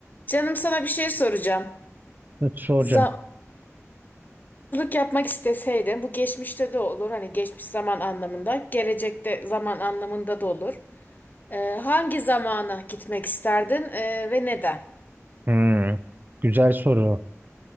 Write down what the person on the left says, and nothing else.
Canım sana bir şey soracağım.
Zamcılık yapmak isteseydin, bu geçmişte de olur, hani geçmiş zaman anlamında, gelecekte zaman anlamında da olur. Ee, hangi zamana gitmek isterdin ee, ve neden?